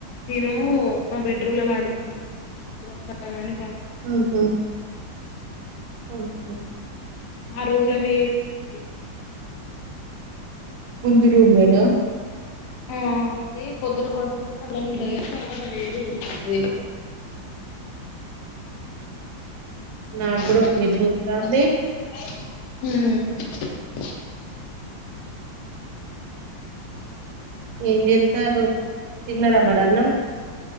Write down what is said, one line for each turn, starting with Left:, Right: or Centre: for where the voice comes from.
Left: నేను మా బెడ్రూమ్ లో పండుకున్నా నిద్దరొస్తందని
Right: ఉంహు ఓహో
Left: మా రూం లో వేడి గుంది
Right: ముందు రూం లోనా
Left: ఆ అది పొద్దున కొంచం చల్లగుంటది గాని తర్వాత వేడి గుంటుంది
Right: నాకు
Left: హ
Right: కూడా ఒక నిద్ర వత్తాంది ఏం చేత్తారు తిన్నార మడ అన్నం